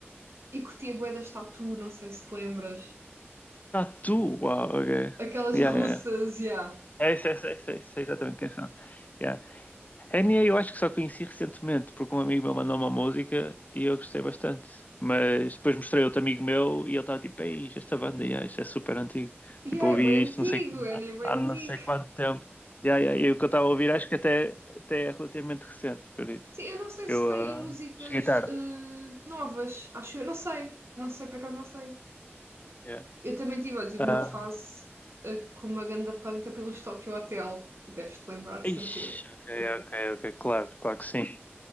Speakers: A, on the right (about 70°); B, on the left (about 35°).
A: e curtia bué das Tatu, não sei se te lembras.
B: Ah, tu, uau, <laughs> ok. Yeah,
A: Aquelas russas,
B: yeah, yeah.
A: yeah.
B: É isso, é isso, é isso, é isso, é exatamente quem são. Yeah, NA eu acho que só conheci recentemente, porque um amigo meu mandou uma música e eu gostei bastante. Mas depois mostrei a outro amigo meu e ele estava tipo, ei, isto, é esta banda, yeah, isto é super antigo.
A: Yeah,
B: Tipo, ouvi
A: é bem antigo,
B: isto não sei,
A: é nem bem
B: há há não
A: antigo.
B: sei quanto tempo. Yeah, yeah, E o que eu estava a ouvir acho que até, até é relativamente recente, por isso.
A: Sim, eu não sei se
B: Eu
A: têm
B: ah,
A: músicas
B: cheguei tarde.
A: eh, novas, acho eu, não sei, não sei, por acaso não sei.
B: Yeah.
A: Eu também tive, olha, tive
B: Ah,
A: uma fase eh, com uma ganda panca pelos Tokyo Hotel, que deves-te lembrar de
B: ixi,
A: certeza.
B: ok, ok, ok, claro, claro que sim.